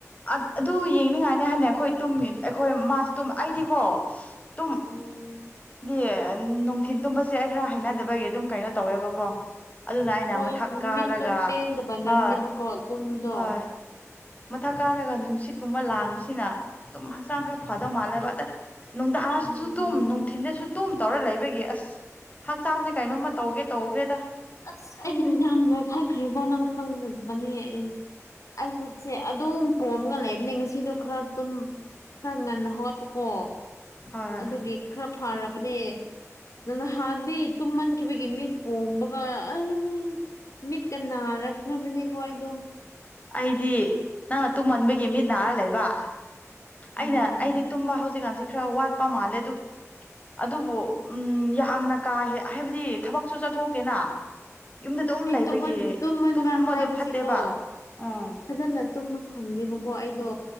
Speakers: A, on the left; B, on the left.
A: ꯑꯗ ꯑꯗꯨ ꯌꯦꯡꯅꯤꯡꯉꯥꯏꯅꯤ ꯍꯥꯏꯅꯦ ꯑꯩꯈꯣꯏ ꯇꯨꯝꯃꯤ ꯑꯩꯈꯣꯏ ꯃꯥꯁꯨ ꯇꯨꯝ ꯑꯩꯗꯤꯀꯣ ꯇꯨꯝ
B: ꯎꯝ
A: ꯗꯤ ꯅꯨꯡꯊꯤꯟ ꯇꯨꯝꯕꯁꯦ ꯑꯩ ꯈꯔ ꯍꯩꯅꯗꯕꯒꯤ ꯑꯗꯨꯝ ꯀꯩꯅꯣ ꯇꯧꯋꯦꯕꯀꯣ ꯑꯗꯨꯅ ꯑꯩꯅ
B: ꯍꯣꯏ
A: ꯃꯊꯛ ꯀꯥꯔꯒ
B: ꯃꯤꯠꯇꯨ ꯄꯦꯟꯗꯕꯅꯅꯦꯕꯀꯣ
A: ꯍꯣꯏ
B: ꯇꯨꯝꯕꯗꯣ
A: ꯍꯣꯏ ꯃꯊꯛ ꯀꯥꯔꯒ ꯅꯨꯡꯁꯤꯠꯀꯨꯝꯕ ꯂꯥꯡꯕꯁꯤꯅ ꯑꯗꯨꯝ ꯍꯛꯆꯥꯡ ꯈꯔ ꯐꯗꯧ ꯃꯥꯜꯂꯦꯕ ꯑꯗ ꯅꯨꯡꯗꯥꯡꯗꯁꯨ
B: ꯎꯝ
A: ꯇꯨꯝ ꯅꯨꯡ ꯊꯤꯟꯗꯁꯨ ꯇꯨꯝ ꯇꯧꯔ ꯂꯩꯕꯒꯤ ꯑꯁ ꯍꯛꯆꯥꯡꯁꯦ ꯀꯩꯅꯣꯝꯃ ꯇꯧꯒꯦ ꯇꯧꯈ꯭ꯔꯦꯗ
B: ꯑꯁ
A: ꯈꯪꯗꯦ
B: ꯑꯩꯗꯤ ꯌꯥꯝ ꯅꯣꯢꯈꯠꯈ꯭ꯔꯦꯕꯣ ꯅꯪ ꯈꯪꯗ꯭ꯔꯗꯕꯅꯦ ꯑꯩ ꯑꯩ ꯃꯤꯠꯁꯦ ꯑꯗꯨꯝ ꯄꯣꯝꯃꯒ ꯂꯩꯕꯅꯦ ꯉꯁꯤꯗꯣ ꯈꯔ ꯇꯨꯝ ꯈꯔ ꯉꯟꯅ ꯍꯧꯒꯠꯄꯀꯣ
A: ꯍꯣꯏ
B: ꯑꯗꯨꯒꯤ ꯈꯔ ꯐꯔꯕꯅꯦ ꯅꯪ ꯅꯍꯥꯟꯗꯤ ꯇꯨꯝꯃꯟꯈꯤꯕꯒꯤ ꯃꯤꯠ ꯄꯣꯝꯃꯒ <unintelligible> ꯃꯤꯠꯀ ꯅꯥꯔꯛꯈ꯭ꯔꯕꯅꯤꯀꯣ ꯑꯩꯗꯣ
A: ꯑꯩꯗꯤ ꯅꯪꯅ ꯇꯨꯝꯃꯟꯕꯒꯤ ꯃꯤꯠ ꯅꯥꯔ ꯂꯩꯕ
B: ꯎꯝ
A: ꯑꯩꯅ ꯑꯩꯗꯤ ꯇꯨꯝꯕ ꯍꯧꯖꯤꯛꯀꯥꯟꯁꯦ ꯈꯔ ꯋꯥꯠꯄ ꯃꯥꯜꯂꯦ ꯑꯗꯨ ꯑꯗꯨꯕꯨ ꯎꯝ ꯌꯥꯝꯅ ꯀꯥꯍꯦ ꯍꯥꯏꯕꯗꯤ ꯊꯕꯛꯁꯨ ꯆꯠꯊꯣꯛꯇꯦꯅ ꯌꯨꯝꯗ ꯑꯗꯨꯝ
B: ꯑꯩ
A: ꯂꯩꯕꯒꯤ
B: ꯇꯨꯝꯃꯟ ꯇꯨꯝꯃꯟꯕ
A: ꯇꯨꯝꯕꯗꯣ
B: ꯍꯥꯏꯕꯁꯤꯀꯣ
A: ꯐꯠꯇꯦꯕ ꯎꯝ
B: ꯐꯖꯅ ꯇꯨꯝꯕ ꯐꯪꯗꯦꯕꯀꯣ ꯑꯩꯗꯣ